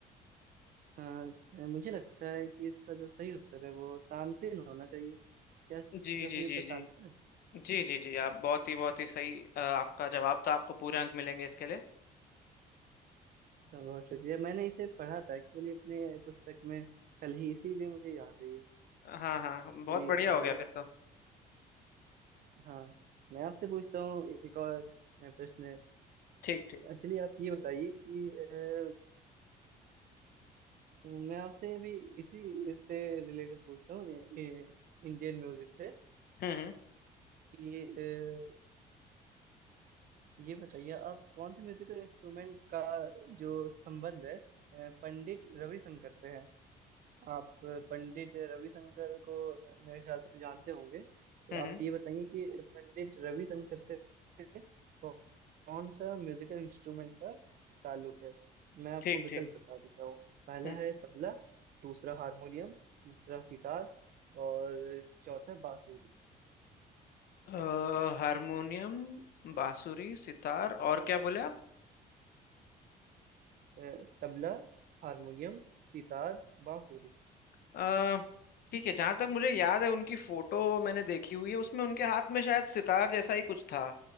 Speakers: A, on the right; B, on the left.
A: हाँ मुझे लगता है कि इसका जो सही उत्तर है वो तानसेन होना चाहिए क्या इसका
B: जी
A: सही
B: जी जी
A: उत्तर
B: जी
A: तानसेन है
B: जी जी जी आप बहुत ही बहुत ही सही अ, आपका जवाब था आपको पूरे अंक मिलेंगे इसके लिए
A: तो बहुत शुक्रिया मैंने इसे पढ़ा था एक्चुअली अपने पुस्तक में कल ही इसीलिए मुझे याद है ये
B: हाँ हाँ हाँ, बहुत
A: चलिए
B: बढ़िया
A: अब
B: हो गया फिर तो
A: हाँ मैं आपसे पूछता हूँ एक और अ, प्रश्न है
B: ठीक ठीक
A: एक्चुअली आप ये बताइए कि अ, मैं आपसे अभी इसी इससे रिलेटेड पूछता हूँ इंडियन म्यूजिक से
B: हम्म हम्म
A: कि ये बताइए आप कौन से म्यूजिकल इंस्ट्रूमेंट का जो संबंध है अ, पंडित रविशंकर से है आप अ, पंडित रविशंकर को अ, मेरे ख्याल से जानते होंगे तो
B: हम्म
A: आप
B: हम्म,
A: ये बताइए कि पंडित रविशंकर से कौ- कौन सा म्यूजिकल इंस्ट्रूमेंट का ताल्लुक है मैं आपको
B: ठीक
A: विकल्प
B: ठीक
A: बता देता हूँ पहला
B: हम्म
A: है तबला दूसरा हारमोनियम तीसरा सितार और चौथा बांसुरी
B: अ, हारमोनियम बांसुरी सितार और क्या बोले आप
A: अ, तबला हारमोनियम सितार बांसुरी
B: अ, ठीक है जहां तक मुझे याद है उनकी फोटो मैंने देखी हुई है उसमें उनके हाथ में शायद सितार जैसा ही कुछ था